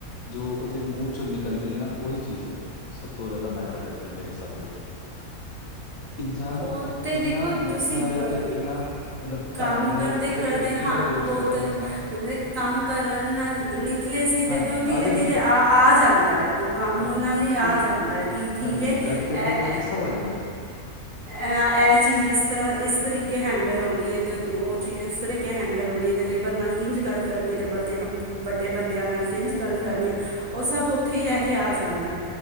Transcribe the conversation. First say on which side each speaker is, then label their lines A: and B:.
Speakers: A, on the left; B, on the right.
A: ਜੋ ਓਦੇ ਮੂੰਹ ਚੋਂ ਨਿਕਲਦੀ ਏ ਨਾ ਓਈ ਚੀਜ਼ ਹੈ ਸਭ ਤੋਂ ਜਾਦਾ ਮੈਟਰ ਕਰਦੀ ਏ ਮੇਰੇ ਹਿਸਾਬ ਨਾਲ ਤੇ। ਇਨਸਾਨ
B: ਓਤੇ
A: ਕਿੰਨਾ
B: ਦੇਖੋ
A: ਮਿੱਠਾ
B: ਤੁਸੀਂ ਅ
A: ਜਾਂ ਫਿਰ ਕਿੰਨਾ ਮਤਲਬ
B: ਕੱਮ
A: ਢੰਗ ਨਾਲ
B: ਕਰ
A: ਜਾਂ
B: ਕਰਦੇ
A: ਕਿੱਦਾਂ
B: ਕਰਦੇ
A: ਤਰੀਕੇ
B: ਹਾਂ
A: ਨਾਲ ਬੋਲ
B: ਵੋ
A: ਸਕਦਾ
B: ਤੇ
A: ਹੈ ਇਨਸਾਨ
B: ਕਾਮ ਕਰਨ ਨਾਲ ਨਿਕਲੇ ਸੀ ਤੇ
A: ਹਾਂਜੀ
B: ਫਿਰ ਓ ਧੀਰੇ
A: ਜਾਂਦੀ
B: ਧੀਰੇ ਆ
A: ਹੈ।
B: ਆ ਜਾਂਦਾ ਐ ਓ ਕੰਮ
A: ਹਾਂਜੀ-ਹਾਂਜੀ,
B: ਨਾਲੇ ਆ
A: ਉਹ
B: ਜਾਂਦਾ ਕਿ ਠੀਕ
A: ਹਾਂਜੀ-ਹਾਂਜੀ
B: ਏ,
A: ਗੱਲ ਕਰਦੇ-ਕਰਦੇ
B: ਐ
A: ਸਭ ਆ ਜਾਂਦਾ।
B: ਅ ਐ ਚੀਜ਼ ਇਸ ਤਰ੍ਹਾਂ ਇਸ ਤਰੀਕੇ ਹੈਂਡਲ ਹੋਣੀ ਏ ਤੇ ਓ ਚੀਜ਼ ਓਸ ਤਰ੍ਹੀ ਕੇ ਹੈਂਡਲ ਹੋਣੀ ਐ ਤੇ ਲੇਬਰ ਨਾਲ ਕਿੰਝ ਗੱਲ ਕਰਨੀ ਏ ਤੇ ਬੱਦੇ ਵੱਡੇ ਬੰਦਿਆਂ ਨਾਲ ਕਿੰਝ ਗੱਲ ਕਰਨੀ
A: ਹਾਂਜੀ-ਹਾਂਜੀ,
B: ਐ
A: ਹਾਂਜੀ।
B: ਓ ਸਭ ਓਥੇ ਈ ਰਹਿ ਕੇ ਆ ਜਾਂਦਾ